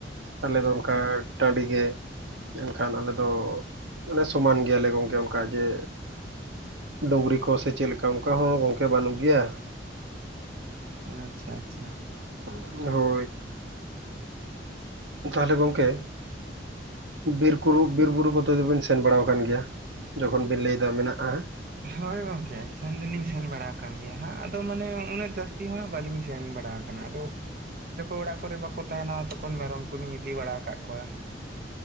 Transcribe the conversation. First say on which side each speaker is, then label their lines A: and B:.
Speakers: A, on the right; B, on the right.
A: ᱟᱞᱮ ᱫᱚ
B: ᱟᱪᱪᱷᱟ
A: ᱚᱱᱠᱟ ᱴᱟᱺᱰᱤ ᱜᱮ᱾ ᱮᱱᱠᱷᱟᱱ ᱟᱞᱮ ᱫᱚ ᱢᱟᱱᱮ ᱥᱚᱢᱟᱱ ᱜᱮᱭᱟᱞᱮ ᱜᱚᱢᱠᱮ ᱚᱱᱠᱟ ᱜᱮ, ᱰᱩᱝᱨᱤ ᱠᱚ ᱥᱮ ᱪᱮᱫ ᱞᱮᱠᱟ ᱚᱱᱠᱟ ᱦᱚᱸ ᱜᱚᱝᱠᱮ ᱵᱟᱱᱩᱜ ᱜᱮᱭᱟ᱾
B: ᱟᱪᱪᱷᱟ ᱟᱪᱪᱷᱟ
A: <unintelligible> ᱛᱟᱦᱚᱞᱮ ᱜᱚᱢᱠᱮ ᱵᱤᱨᱠᱩᱨᱩ ᱵᱤᱨᱵᱩᱨᱩ ᱠᱚ ᱫᱚᱵᱤᱱ ᱥᱮᱱ ᱵᱟᱲᱟ ᱟᱠᱟᱱ ᱜᱮᱭᱟ? ᱡᱚᱠᱷᱚᱱ ᱵᱤᱱ ᱞᱟᱹᱭ ᱫᱟ ᱢᱮᱱᱟᱜ-ᱟ᱾
B: ᱦᱳᱭ ᱜᱚᱝᱠᱮ ᱥᱮᱱ ᱫᱚᱞᱤᱧ ᱥᱮᱱ ᱵᱟᱲᱟ ᱟᱠᱟᱱ ᱜᱮᱭᱟ ᱦᱟᱸᱜ ᱟᱫᱚ ᱢᱟᱱᱮ ᱩᱱᱟᱹᱜ ᱡᱟᱹᱥᱛᱤ ᱦᱚᱸ ᱦᱟᱸᱜ ᱵᱟᱹᱞᱤᱧ ᱥᱮᱱ ᱵᱟᱲᱟ ᱠᱟᱱᱟ ᱟᱫᱚ ᱡᱚᱠᱷᱚᱱ ᱚᱲᱟᱜ ᱠᱚᱨᱮ ᱵᱟᱠᱚ ᱛᱟᱦᱮᱱᱟ ᱛᱚᱠᱷᱚᱱ ᱢᱮᱨᱚᱢ ᱠᱚᱞᱤᱧ ᱤᱫᱤ ᱵᱟᱲᱟ ᱟᱠᱟᱫ ᱠᱚᱣᱟ᱾